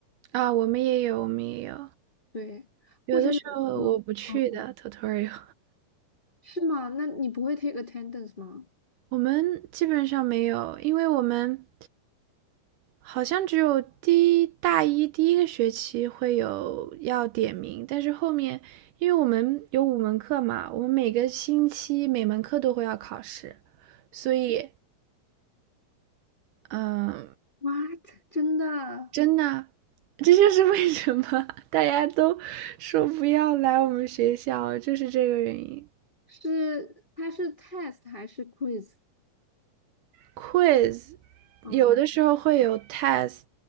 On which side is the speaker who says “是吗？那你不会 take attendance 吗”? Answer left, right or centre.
Left